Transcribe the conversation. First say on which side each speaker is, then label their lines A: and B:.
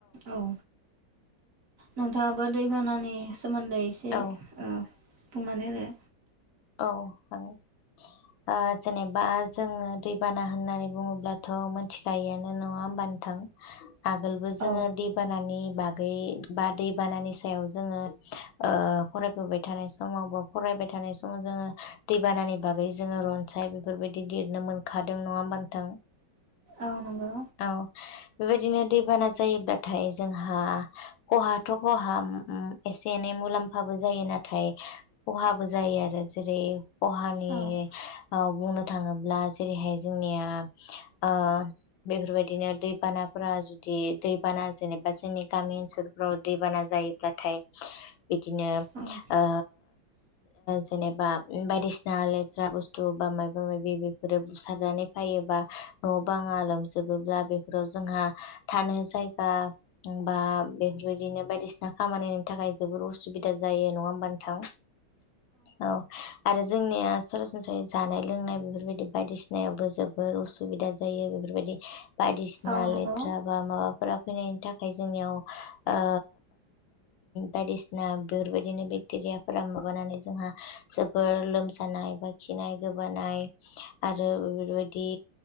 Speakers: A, on the right (about 45°); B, on the left (about 75°).
A: औ नोंथाङाबो दैबानानि सोमोन्दै एसे
B: औ
A: ओ बुंनानै होदो
B: औ हागोन‌ ओ जेनेबा जोङो दैबाना होननानै बुङोब्लाथ' मोन थिखायोयानो‌ नङा ओमबा नोंथां आगोलबो जों
A: औ
B: दैबानानि बागै बा दैबानानि सायाव जोङो ओ फरायफबाय थानाय समाव बा फरायबाय थानाय समाव जोङो दैबानानि बागै जोङो रनसाय बेफोरबायदि लिरनो मोनखादों नङा होमबानो नोंथां
A: औ नंगौ
B: औ बेबायदिनो दैबाना जायोब्लाथाय जोंहा खहाथ' खहा उम उम एसे ए नै मुलाम्फाबो जायो नाथाय खहाबो जायो आरो जेरै खहानि
A: औ
B: ओ बुंनो थाङोब्ला जेरैहाय जोंनिया ओ बेफोरबायदिनो दैबानाफोरा जुदि दैबाना जेनेबा जोंनि गामि ओनसोलफोराव दैबाना जा ब्लाथाय गिदिंनो
A: उम
B: ओ जेनेबा बायदि सिना लेथ्रा बुस्थु बा मायबा मायबि बेफोरो बुसारनानै फैयोबा न' बाङा लोम सावजोबोब्ला बेफोराव जोंहा थानो जायगा बा बेफोरबायदिनो बायदिसिना खामानिनि थाखाय जोबोर उसुबिदा जायो नङा होमबा नोथां? औ आरो जोंनिया सरासनस्रायै जानाय लोंनाय बेफोरबायदि बायदिसिनायावबो जोबोर उसुबिदा जायो बेफोरबायदि बायदिसिना
A: औ नंगौ
B: लेथ्रा बा माबाफोरा फैनायनि थाखाय जोंनियाव ओ बायदिसिना बेफोरबायदिनो बेकटे रियाफोरा माबानानै जोंहा जोबोर लोमजानाय बा खिनाय गोबानाय आरो ओ बेफोरबायदि